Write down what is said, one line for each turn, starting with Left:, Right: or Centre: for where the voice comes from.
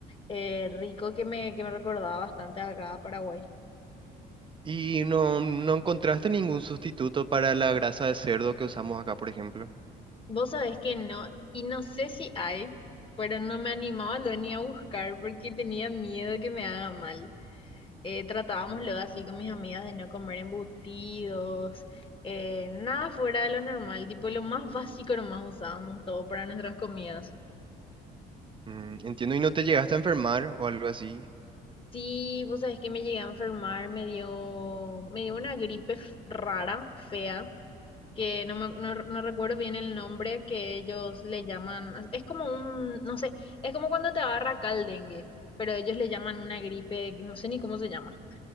Left: eh, rico que me, que me recordaba bastante acá a Paraguay.
Right: ¿Y no, no encontraste ningún sustituto para la grasa de cerdo que usamos acá, por ejemplo?
Left: Vos sabés que no, y no sé si hay, pero no me animaba lo ni a buscar porque tenía miedo que me haga mal. Eh, tratábamos
Right: Mm.
Left: luego así con mis amigas de no comer embutidos, eh, nada fuera de lo normal, tipo lo más básico nomás usábamos todo para nuestras comidas.
Right: Mm, entiendo, ¿y no te llegaste a enfermar o algo así?
Left: Sí, vos sabés que me llegué a enfermar, me dio, me dio una gripe f- rara, fea. que no, me- no, no recuerdo bien el nombre que ellos le llaman, es como un, no sé, es como cuando te agarra acá el dengue, pero ellos le llaman una gripe, que no sé ni cómo se llama,